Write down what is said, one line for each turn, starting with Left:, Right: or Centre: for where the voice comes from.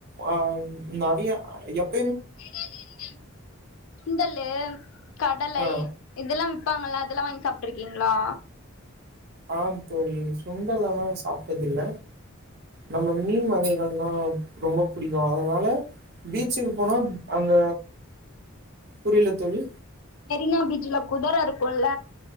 Right: ஆ நெறைய எப்
Left: ஏதாவது இந்த சுண்டலு கடலை
Right: ஆ
Left: இதலா விப்பாங்கல அதலா வாங்கி சாப்பிட்டுருக்கீங்களா
Right: ஆ தோழி சுண்டலுலா சாப்டது இல்ல நம்ம மீன் வகைகள்லா ரொம்ப புடிக்கோ அதனால பீச்சுக்கு போனா அங்க புரில தோழி
Left: மெரினா பீச்ல குதர இருக்குல